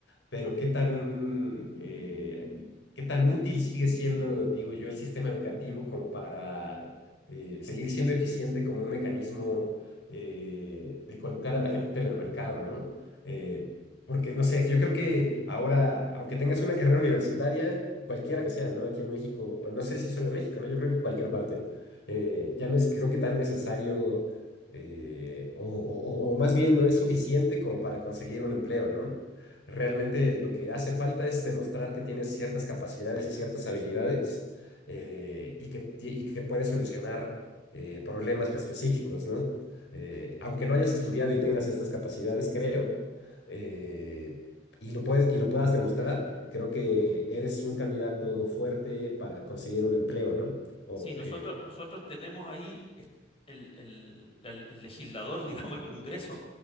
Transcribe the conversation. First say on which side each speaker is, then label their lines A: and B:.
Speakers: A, on the left; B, on the left.
A: pero ¿qué tan, eh, qué tan útil sigue siendo, digo yo, el sistema educativo como para eh, seguir siendo eficiente como un mecanismo eh, de colocar a la gente en el mercado, ¿no? Eh, porque, no sé, yo creo que ahora, aunque tengas una carrera universitaria, cualquiera que sea, ¿no? Aquí en México, o no sé si solo en México, ¿no? Yo creo que en cualquier parte, eh, ya no es, creo que tan necesario, eh, o, o- o- o más bien no es suficiente como para conseguir un empleo, ¿no? Realmente lo que hace falta es demostrar que tienes ciertas capacidades y ciertas habilidades, eh, y que, ti- y que puedes solucionar eh, problemas específicos, ¿no? Eh, aunque no hayas estudiado y tengas estas capacidades, creo eh, y lo puedes, y lo puedas demostrar, creo que eres un candidato fuerte para conseguir un empleo, ¿no? O,
B: sí, nosotros,
A: eh,
B: nosotros tenemos ahí es- el, el- la- el legislador, <laughs> digamos, el Congreso,